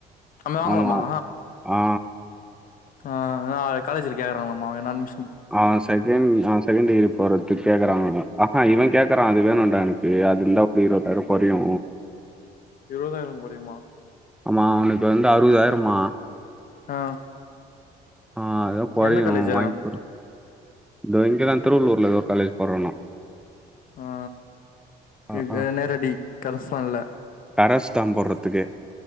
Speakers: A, on the left (about 55°); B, in the centre.
A: நம்ம வாங்கலாமா
B: ஆமா ஆ
A: ஆ அதா காலேஜில கேக்குறாங்களா என அட்மி
B: ஆ செகண்ட் ஆ செகண்ட் டிகிரி போறதுக்கு கேக்குறாங்க ஆ ஆ இவன் கேக்றா அது வேணும்ண்டா எனக்கு அது இந்தந்தாவ ஒரு இருவதாயிரோ கொறையு
A: இருபதாயிரம் கொறையுமா
B: ஆமா அவனுக்கு வந்து அறுபதாயிரமா
A: ஆ
B: ஆ அதா கொறையு
A: எந்த காலேஜு
B: வாங்கி குடு இந்த இங்கேதா திருவள்ளூர்ல ஒரு காலேஜ் போடுறானா
A: ஆ
B: ஆ
A: அ
B: ஆ
A: நேரடி கரஸ்பண்ணல
B: கரஸ் தா போரதுக்கு